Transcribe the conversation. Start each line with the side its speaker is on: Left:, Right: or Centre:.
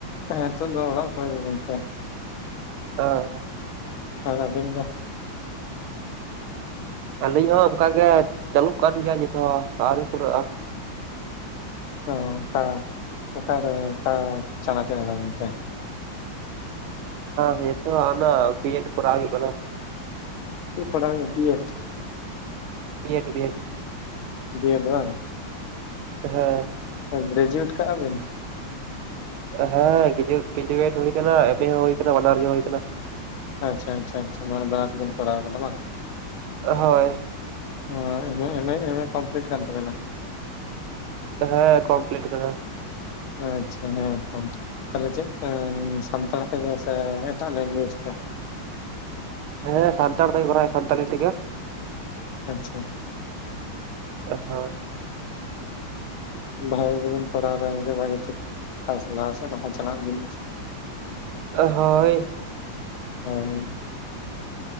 Left: ᱦᱮᱸ ᱱᱤᱛᱚᱜ ᱫᱚ ᱚᱲᱟᱜ ᱠᱚᱨᱮ ᱜᱮ ᱜᱚᱝᱠᱮ᱾
Right: ᱚ
Left: ᱟᱨ ᱟᱵᱤᱱ ᱫᱚ
Right: ᱟᱹᱞᱤᱧ ᱦᱚᱸ ᱚᱱᱠᱟ ᱜᱮ ᱪᱟᱹᱞᱩᱜ ᱠᱟᱱ ᱜᱮᱭᱟ ᱱᱤᱛ ᱦᱚᱸ ᱟᱹᱣᱨᱤ ᱯᱩᱨᱟᱹᱜᱼᱟ
Left: ᱚ ᱚᱠᱟ ᱚᱠᱟ ᱨᱮ ᱚᱠᱟ ᱪᱟᱱᱟ ᱨᱮ ᱟᱫᱚ ᱜᱚᱝᱠᱮ?
Right: ᱱᱤᱛᱚᱜ ᱚᱱᱟ ᱵᱤᱭᱮᱰ ᱠᱚᱨᱟᱣ ᱦᱳᱭᱳᱜ ᱠᱟᱱᱟ
Left: ᱪᱮᱫ ᱯᱟᱲᱦᱟᱣ ᱵᱤᱭᱮᱰ
Right: ᱵᱤᱭᱮᱰ ᱵᱤᱭᱮᱰ
Left: ᱵᱤᱭᱮᱰ ᱵᱟᱝ
Right: ᱦᱮᱸ
Left: ᱜᱨᱮᱡᱩᱭᱮᱴ ᱠᱟᱜᱼᱟ ᱵᱤᱱ?
Right: ᱦᱮᱸ ᱜᱮᱡᱩᱭᱮᱴ ᱜᱨᱮᱡᱩᱭᱮᱴ ᱦᱩᱭ ᱟᱠᱟᱱᱟ ᱮᱢ ᱮ ᱦᱚᱸ ᱦᱩᱭ ᱠᱟᱱᱟ ᱵᱟᱱᱟᱨ ᱜᱮ ᱦᱩᱭ ᱠᱟᱱᱟ
Left: ᱟᱪᱪᱷᱟ ᱟᱪᱪᱷᱟ ᱟᱪᱪᱷᱟ ᱢᱟᱱᱮ ᱵᱟᱱᱟᱨ ᱜᱮ ᱵᱮᱱ ᱠᱚᱨᱟᱣ ᱟᱠᱟᱫᱟ ᱵᱟᱝ
Right: ᱦᱳᱭ
Left: ᱦᱳᱭ ᱮᱢ ᱮ ᱮᱢ ᱮ ᱮᱢ ᱮ ᱠᱚᱢᱯᱞᱤᱴ ᱠᱟᱱ ᱛᱟᱵᱤᱱᱟ
Right: ᱦᱮᱸ ᱠᱚᱢᱯᱞᱤᱴ ᱠᱟᱫᱟ
Left: ᱟᱪᱪᱷᱟ ᱦᱮᱸᱛᱚ ᱛᱟᱞᱦᱮ ᱪᱮᱫ ᱥᱟᱱᱛᱟᱲ ᱛᱮ ᱜᱮ ᱥᱮ ᱮᱴᱟᱜ ᱞᱮᱝᱜᱩᱭᱮᱡᱽ ᱛᱮ?
Right: ᱦᱮᱸ ᱥᱟᱱᱛᱟᱲ ᱛᱮ ᱜᱮ ᱠᱚᱨᱟᱣ ᱦᱳᱭᱳᱜ ᱠᱟᱱᱟ ᱥᱟᱱᱛᱟᱞᱤ ᱛᱮᱜᱮ
Left: ᱟᱪᱪᱷᱟ
Right: ᱦᱳᱭ
Left: ᱵᱷᱟᱜᱮ ᱜᱮ ᱵᱤᱱ ᱯᱟᱲᱦᱟᱣ ᱫᱟ ᱜᱚᱝᱠᱮ ᱵᱷᱟᱹᱜᱮ ᱴᱷᱤᱠ ᱯᱷᱟᱥ ᱞᱟᱦᱟ ᱥᱮᱫ ᱞᱟᱦᱟ ᱪᱟᱞᱟᱜ ᱵᱤᱱ
Right: ᱦᱳᱭ
Left: ᱦᱳᱭ